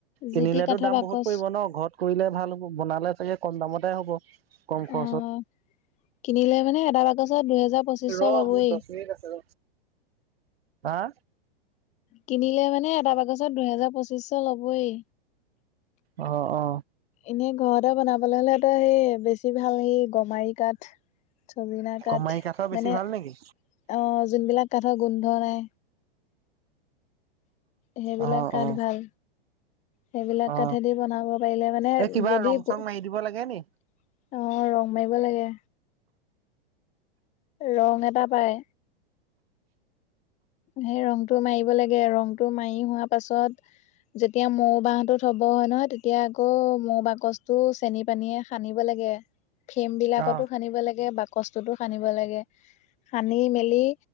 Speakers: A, on the left; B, on the right.
A: যি
B: কিনিলেতো
A: টি কাঠৰ
B: দাম
A: বাকচ
B: বহুত পৰিব ন, ঘৰত কৰিলে ভাল হব, বনালে চাগে কম দামতে হ'ব। কম খৰচত
A: অ', কিনিলে মানে এটা বাকচত দুহেজাৰ পঁচিশশ
B: ৰ মোৰ
A: লবই।
B: দহ মিনিট আছে ৰ হা
A: কিনিলে মানে এটা বাকচ ত দুহেজাৰ পঁচিশচ ল'বয়েই।
B: অ অ
A: এনেই ঘৰতে বনাবলৈ হ'লে তো সেই বেছি ভাল এই গমাৰি কাঠ। ছজিনা কাঠ
B: কমাৰি কাঠৰ বেছি
A: মানে
B: ভাল নেকি
A: অ' যোনবিলাক কাঠৰ গোন্ধ নাই সেইবিলাক
B: অ
A: কাঠ
B: অ
A: ভাল। সেইবিলাক
B: অ
A: কাঠেদি বনাব পাৰিলে মানে
B: এই কিবা
A: যদি
B: ৰং চং
A: অ'
B: মাৰি দিব লাগে নি
A: ৰং মাৰিব লাগে, ৰং এটা পায়। সেই ৰংটো মাৰিব লাগে ৰংটো মাৰি হোৱা পাছত যেতিয়া মৌ বাহটো থব হয় নহয় তেতিয়া আকৌ মৌ বাকচটো চেনি পানীয়ে সানিব লাগে, ফেম বিলাকতো
B: অ
A: সানিব লাগে বাক কষ্টতো সানিব লাগে, সানি মেলি